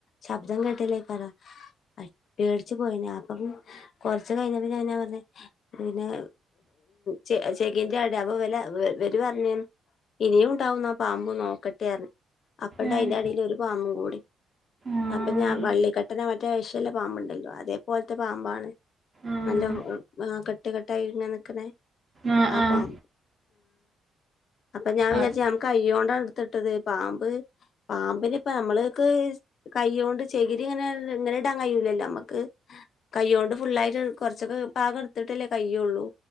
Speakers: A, on the left (about 60°); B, on the right (about 30°).
A: ശബ്ദം കട്ടല്ലേ കരൃം പേടിച്ചു പോയനെ അപ്പം കൊറച്ച് കഴിഞ്ഞ പി ഞ പറഞ്ഞ പിന്നെ ച ചെകിന്റെ അട അപ്പൊ വില വരു പറഞ്ഞ് ഇനിയും ഉണ്ടാവുന്ന ആ പാമ്പും നോക്കട്ടെന്ന് അപ്പണ്ട്
B: ആഹ്
A: അയിന്റെ അടിൽ ഒരു പാമ്പും കൂടി.
B: ആഹ്
A: അപ്പൊ ഞാൻ വള്ളിക്കെട്ടന മറ്റേ ഴശല്ല പാമ്പു ഉണ്ടല്ലോ അതേപോലത്തെ പാമ്പാണ്
B: ആഹ്
A: നല്ല് കട്ട് കെട്ടായി ങ്ങനെ നി ക്കണേ
B: ആഹ്
A: ആ
B: ആഹ്
A: പാമ്പ് അപ്പ ഞാൻ വിചാച്
B: അത്
A: കയോണ്ട എടുത്തിട്ടത് പാമ്പ് പാമ്പിന ഇപ്പ നമ്മൾക്ക് കയ്യോണ്ട് ചേകിരി ഇങ്ങനെ ഇങ്ങനെ ഇടാൻ കഴൂലല്ലോ നമ്മുക്ക്. കൈ്യ കൊണ്ട് ഫുള്ളായിട്ട് കുറച്ചൊക്കെ പാകം എടുത്തിട്ടല്ലേ കയ്യള്ളൂ.